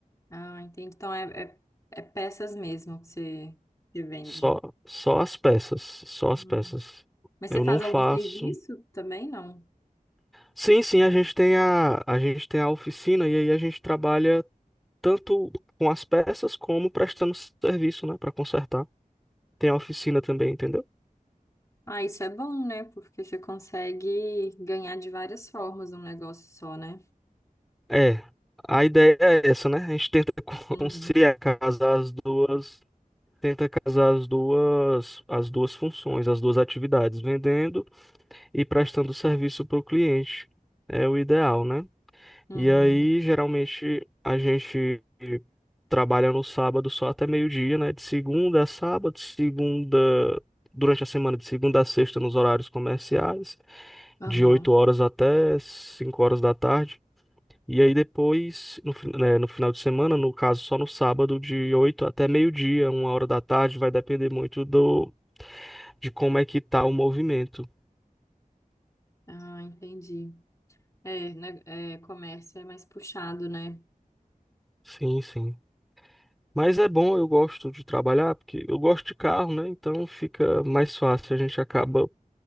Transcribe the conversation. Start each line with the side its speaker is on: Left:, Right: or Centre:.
Left: Ah, entendi. Então é, é, é peças mesmo que você, que vende.
Centre: Só, só as peças, só
Left: Hum.
Centre: as peças.
Left: Mas
Centre: Eu
Left: você faz
Centre: não faço.
Left: algum serviço também, não?
Centre: Sim, sim, a gente tem a, a gente tem a oficina e aí a gente trabalha tanto com as peças como prestando serviço, né, para consertar. Tem a oficina também, entendeu?
Left: Ah, isso é bom, né? Porque você consegue ganhar de várias formas um negócio só, né?
Centre: É, a ideia é essa, né? A gente tenta <laughs>
Left: Uhum,
Centre: conciliar, casar as duas, tenta casar as duas, as duas funções, as duas atividades, vendendo e prestando serviço para o cliente. É o ideal, né?
Left: uhum,
Centre: E aí, geralmente, a gente trabalha no sábado só até meio-dia, né? De segunda a sábado, segunda, durante a semana, de segunda a sexta nos horários comerciais,
Left: uhum.
Centre: de 8 horas até 5 horas da tarde. E aí depois, no, fin- né, no final de semana, no caso só no sábado, de 8 até meio-dia, uma hora da tarde, vai depender muito do, de como é que tá o movimento.
Left: Ah, entendi. É, né, é, comércio é mais puxado, né?
Centre: Sim, sim. Mas é bom, eu gosto de trabalhar, porque eu gosto de carro, né? Então fica mais fácil, a gente acaba